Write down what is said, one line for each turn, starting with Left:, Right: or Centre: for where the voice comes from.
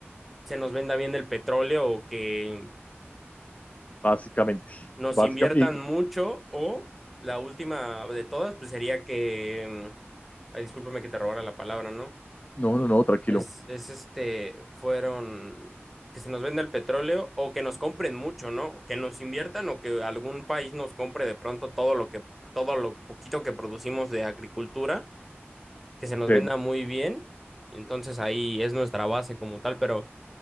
Centre: se nos venda bien el petróleo o que
Left: Básicamente,
Centre: nos
Left: básicamente,
Centre: inviertan
Left: y
Centre: mucho o la última de todas, pues sería que, mm, ay, discúlpame que te robara la palabra, ¿no?
Left: no, no, no, tranquilo.
Centre: Es, es este, fueron que se nos venda el petróleo o que nos compren mucho, ¿no? O que nos inviertan o que algún país nos compre de pronto todo lo que, todo lo poquito que producimos de agricultura, que se nos
Left: Sí,
Centre: venda muy bien. Y entonces ahí es nuestra base como tal, pero